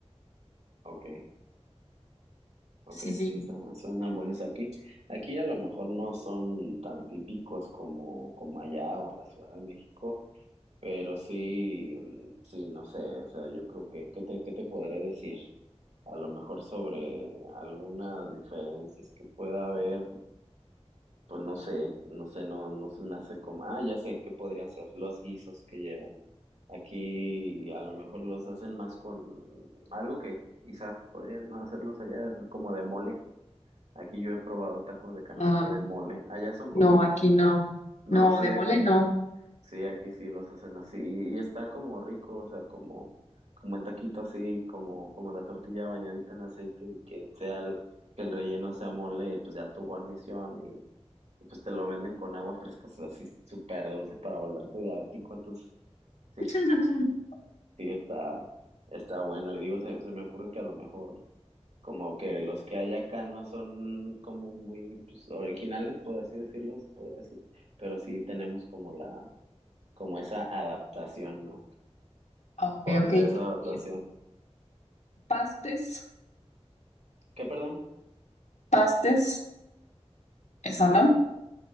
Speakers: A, on the right (about 75°); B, on the left (about 85°).
A: Ok, ok,
B: Sí,
A: sí,
B: sí.
A: su- suenan buenos aquí. Aquí a lo mejor no son tan típicos como, como allá o en la Ciudad de México, pero sí, mm, sí, no sé, o sea, yo creo que, ¿qué te, qué te podré decir? A lo mejor sobre algunas diferencias que pueda haber, pues no sé, no sé, no, no se me hace como, ah, ya sé, ¿qué podría ser? Los guisos que llevan. Aquí a lo mejor los hacen más con algo que quizás podrían no hacerlos allá, es como de mole. Aquí yo he probado tacos de canasta
B: Ah,
A: de mole. ¿Allá son comunes?
B: no, aquí no.
A: No,
B: No,
A: sí,
B: de
A: aquí,
B: mole no.
A: sí, aquí sí los hacen así. Y, y está como rico, o sea, como, como el taquito así, como, como la tortilla bañadita en aceite y que sea el, que el relleno sea mole y pues ya tu guarnición y, y pues te lo venden con agua fresca, o sea, así súper dulce para volverte diabético. Entonces, sí,
B: <laughs>
A: Sí, está, está bueno. Y digo, se, se me ocurre que a lo mejor como que los que hay acá no son como muy pues, originales, por así decirlo, se puede decir, pero sí tenemos como la, como esa adaptación, ¿no?
B: Ah, Ok,
A: O t-
B: ok.
A: esa adaptación.
B: Y pastes,
A: ¿Qué, perdón?
B: pastes, eso,
A: Como,
B: ¿no?